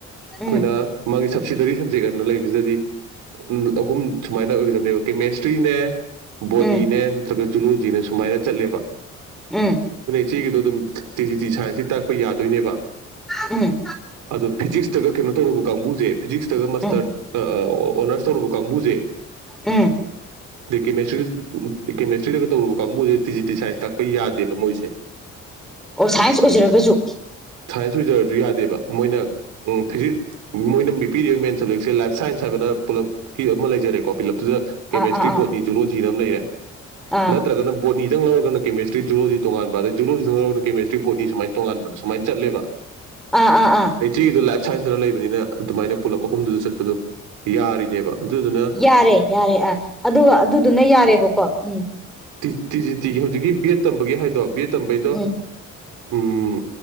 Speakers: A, in the centre; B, on the right.
A: ꯎꯝ
B: ꯈꯣꯏꯅ ꯃꯥꯒꯤ ꯁꯤꯗꯔꯤ ꯁꯞꯖꯦꯛ ꯑꯅ ꯂꯩꯕꯁꯤꯗꯗꯤ ꯑꯍꯨꯝ ꯁꯨꯃꯥꯏꯅ ꯑꯣꯏꯒꯗꯕꯅꯦꯕ ꯀꯦꯃꯦꯁꯇ꯭ꯔꯤꯅꯦ ꯕꯣꯠꯅꯤꯅꯦ
A: ꯎꯝ ꯎꯝ
B: ꯅꯠꯇ꯭ꯔꯒ ꯖꯨꯂꯣꯖꯤꯅꯦ ꯁꯨꯃꯥꯏꯅ ꯆꯠꯂꯦꯕ
A: ꯎꯝ
B: ꯒꯤꯗꯣ ꯑꯗꯨꯝ ꯇꯤ ꯖꯤ ꯇꯤ ꯁꯥꯏꯟꯁꯀꯤ ꯇ ꯌꯥꯗꯣꯏꯅꯦꯕ
A: ꯎꯝ ꯎꯝ
B: ꯑ ꯐꯤꯖꯤꯛꯁ ꯇꯒ ꯀꯩꯅꯣ ꯇꯧꯔꯨꯕ ꯀꯥꯡꯕꯨꯁꯦ ꯐꯤꯖꯤꯛꯁꯇꯒ ꯃꯥꯁꯇꯔ
A: ꯎꯝ
B: ꯑ ꯑ ꯑꯣ ꯑꯣꯅꯔꯁ ꯇꯧꯔꯨꯕ ꯀꯥꯡꯕꯨꯁꯦ
A: ꯎꯝ
B: ꯗ ꯀꯦꯃꯦꯁꯇ꯭ꯔꯤ ꯀꯦꯃꯦꯁꯇ꯭ꯔꯤꯗꯒ ꯇꯧꯔꯨꯕ ꯀꯥꯡꯕꯨꯁꯦ ꯗꯤꯖꯤꯇꯤ ꯁꯥꯏꯟꯁ ꯇꯥꯛꯄ ꯌꯥꯗꯦꯕ ꯃꯣꯏꯁꯦ
A: ꯑꯣ ꯁꯥꯏꯟꯁ ꯑꯣꯏꯖꯔꯒꯁꯨ
B: ꯁꯥꯏꯟꯁ ꯁꯣꯏꯖꯔꯁꯨ ꯌꯥꯗꯦꯕ ꯃꯣꯏꯅ ꯎꯝ ꯐꯤꯖ ꯃꯣꯏꯅ ꯄꯤꯔꯤꯕ ꯃꯦꯟ ꯁꯕꯖꯦꯛꯁꯦ ꯂꯥꯏꯞ ꯁꯥꯏꯟꯁ ꯍꯥꯏꯕ ꯄꯨꯂꯞ ꯀꯤ ꯑꯃ ꯂꯩꯖꯔꯦꯀꯣ ꯄꯨꯂꯞ ꯀꯃꯦꯁꯇ꯭ꯔꯤ
A: ꯑꯥ ꯑꯥ
B: ꯚꯣꯠꯅꯤ
A: ꯑꯥ
B: ꯓꯨ ꯖꯤ ꯑꯃ ꯂꯩꯔꯦ
A: ꯑꯥ
B: ꯅꯠꯇ꯭ꯔꯒꯅ ꯕꯣꯠꯅꯤ ꯗꯪ ꯂꯧꯔꯒꯅ ꯀꯦꯃꯦꯁꯇꯔꯤ ꯖꯨꯂꯣꯖꯤ ꯇꯣꯉꯥꯟꯕ ꯑꯗ ꯖꯨꯂꯣꯖꯤ ꯂꯧꯔꯒꯅ ꯀꯦꯃꯦꯁꯇ꯭ꯔꯤ ꯕꯣꯠꯅꯤ ꯁꯨꯃꯥꯏꯟ ꯇꯣꯉꯥꯟꯕ ꯁꯨꯃꯥꯏꯅ ꯆꯠꯂꯦꯕ
A: ꯑꯥ ꯑꯥ ꯑꯥ
B: ꯑꯩꯒꯤꯗꯣ ꯂꯥꯏꯞ ꯁꯥꯏꯟꯁꯇꯅ ꯂꯩꯕꯅꯤꯅ ꯑꯗꯨꯃꯥꯏꯅ ꯄꯨꯂꯞ ꯑꯍꯨꯝꯗꯨꯗ ꯆꯠꯄꯗꯣ ꯌꯥꯔꯤꯅꯦꯕ ꯑꯗꯨꯗꯨꯅ
A: ꯌꯥꯔꯦ ꯌꯥꯔꯦ ꯑ ꯑꯗꯨꯒ ꯑꯗꯨꯗꯨꯅ ꯌꯥꯔꯦꯕꯀꯣ ꯎꯝ
B: T G T G T ꯍꯧꯖꯤꯛꯀꯤ ꯕꯤ ꯑꯦꯠ ꯇꯝꯕꯒꯤ ꯍꯥꯏꯗꯣ ꯕꯤꯑꯦꯠ ꯇꯝꯕꯒꯤꯗꯣ
A: ꯎꯝ
B: ꯎꯝ